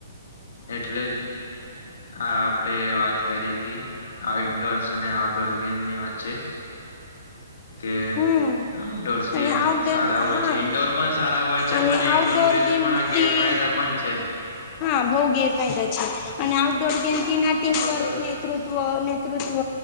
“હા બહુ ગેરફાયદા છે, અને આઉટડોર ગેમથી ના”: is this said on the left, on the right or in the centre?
Left